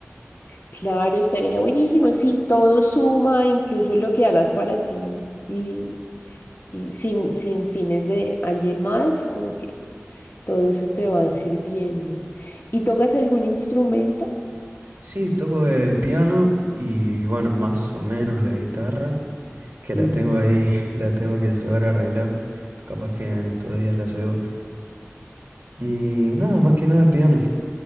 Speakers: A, on the left; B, on the right.
A: Claro, estaría buenísimo. Sí, todo suma, incluso lo que hagas para ti y, y sin, sin fines de alguien más, como que todo eso te va sirviendo. ¿Y tocas algún instrumento?
B: Sí, toco el piano y bueno, más o menos la guitarra, que la
A: Ujú.
B: tengo ahí, <laughs> la tengo que llevar a arreglar. Capaz que en estos días la llevo. Y nada, más que nada el piano.